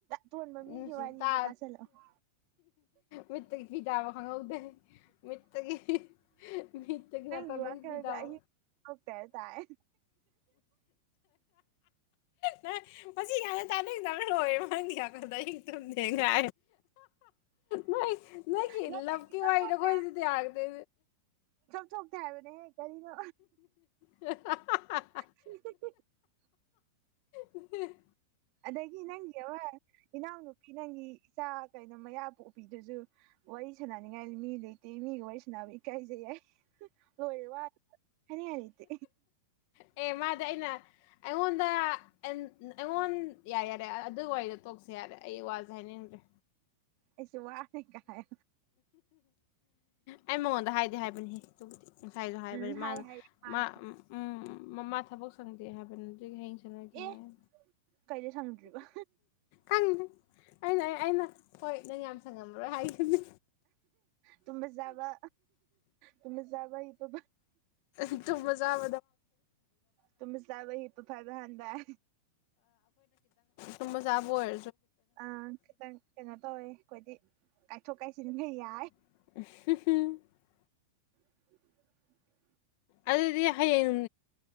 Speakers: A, on the right (about 40°); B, on the left (about 45°).
A: ꯇꯣꯟꯕ
B: ꯅꯨꯡꯁꯤ
A: ꯃꯤꯒꯤ ꯋꯥꯔꯤꯁꯦ
B: ꯇꯥ
A: ꯇꯥꯁꯜꯂꯛꯑꯣ
B: ꯃꯤꯠꯇꯒꯤ ꯐꯤꯗꯥꯕ ꯈꯪꯍꯧꯗꯦ ꯃꯤꯦꯠꯇꯒꯤ ꯃꯤꯠꯇꯒꯤ ꯅꯥꯇꯣꯟꯗꯒꯤ
A: ꯌꯨ ꯋꯥ ꯈꯔꯗ
B: ꯐꯤ ꯇꯥꯕ
A: ꯇꯔ ꯇ
B: ꯅ ꯃꯁꯤ ꯌꯥꯝꯅ ꯇꯥꯅꯩꯗꯕꯅ ꯂꯣꯏꯪꯗꯤꯥꯛ ꯀꯗ ꯇ ꯃꯦꯉ ꯅ ꯅ ꯈ
A: ꯅꯠꯇꯦ
B: ꯂꯕꯀꯤ
A: ꯏꯀꯞ
B: ꯋꯥꯏ
A: ꯊꯣꯛꯇꯦ
B: ꯂꯣꯗꯤ ꯇꯌꯥꯒꯗ
A: ꯊꯣꯛꯣꯛ ꯊꯕꯅꯦ ꯀꯔꯤꯅꯣ
B: ꯑ
A: ꯎ
B: ꯎ
A: ꯑꯗꯒꯤ ꯅꯪꯒꯤ ꯑꯃ ꯏꯅꯥꯎꯅꯨꯄꯤ ꯅꯪꯒꯤ ꯏꯆꯥ ꯀꯩꯅꯣ ꯃꯌꯥ ꯄꯨ ꯎꯄꯤꯗꯁꯨ ꯋꯥꯔꯤ ꯁꯥꯟꯅꯅꯤꯡꯉꯥꯏ ꯃꯤ ꯂꯩꯇꯦ ꯃꯤꯒ ꯋꯥꯔꯤ ꯁꯥꯟꯅꯕ ꯏꯀꯥꯏꯖꯩ ꯌꯥꯏ ꯍꯣꯏ ꯋꯥ ꯍꯅꯤꯌꯥꯅꯤꯠꯇ
B: ꯑꯦ ꯃꯥꯗꯤ ꯑꯩꯅ ꯑꯩꯉꯣꯟꯗ ꯑꯩꯉꯣꯟ ꯌꯥꯔꯦ ꯌꯥꯔꯦ ꯑꯗꯨ ꯋꯥꯔꯤꯗ ꯇꯣꯛꯁ ꯌꯥꯔꯦ ꯑꯩ ꯋꯥꯁꯦ ꯍꯥꯏꯅꯤꯡꯗ꯭ꯔꯦ
A: ꯑꯩꯁꯨ ꯋꯥꯔꯦ ꯀꯥꯏ
B: ꯑꯩ ꯃꯉꯣꯟꯗ ꯍꯥꯏ ꯍꯥꯏꯕꯅꯤ ꯉꯁꯥꯏꯁꯨ ꯍꯥꯏꯕꯅꯤ
A: ꯎꯝ ꯍꯥꯏ
B: ꯃꯥꯅ
A: ꯍꯥꯏꯔꯦ ꯃꯥꯅ
B: ꯃꯥ ꯎ ꯃꯃꯥ ꯊꯕꯛ ꯁꯪꯗꯦ ꯍꯥꯏꯕꯅ ꯑꯗꯨ ꯍꯌꯦꯡ ꯁꯥꯟꯅꯒꯦ
A: ꯑꯦ
B: ꯍꯥꯏꯌꯦ
A: ꯀꯩꯗ ꯁꯪꯗ꯭ꯔꯤꯕ
B: ꯈꯪꯗꯦ ꯑꯩꯅ ꯑꯩꯅ ꯍꯣꯏ ꯅꯪ ꯌꯥꯝ ꯁꯪꯉꯝꯃꯔꯣꯏ ꯍꯥꯏꯈꯤꯕꯅꯤ
A: ꯇ ꯆꯕ ꯇꯃ ꯆꯕ ꯏꯇꯣ
B: ꯃꯖꯥ
A: ꯇꯃꯤ ꯆꯕꯍꯤꯄ ꯐꯥꯏꯕ ꯍꯥꯟꯗ <inaudible>
B: ꯁ ꯃꯁꯥꯕ ꯑꯣꯏ
A: ꯑ ꯈꯤꯇꯪ ꯀꯩꯅꯣ ꯇꯧꯋꯦ ꯑꯩꯈꯣꯏꯗꯤ ꯀꯥꯏꯊꯣꯛ ꯀꯥꯏꯁꯤ ꯑꯗꯨ ꯍꯩꯌꯦ
B: <unintelligible> <inaudible>
A: ꯎ <unintelligible> <inaudible>
B: ꯑꯗꯨꯗꯤ ꯍꯌꯦꯡ